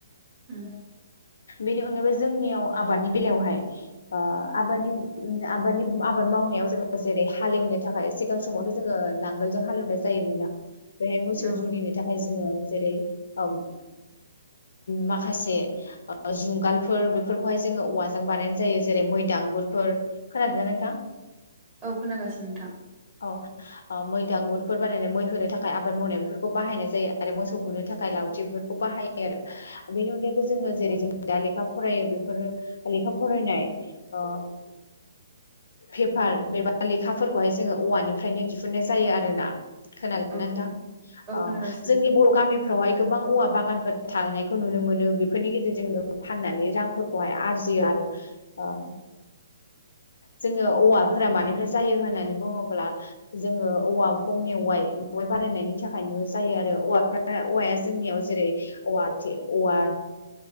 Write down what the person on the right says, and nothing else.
उम
औ
औ खोनागासिनो नोंथां।
औ
औ खोनागासिनो
नोंथां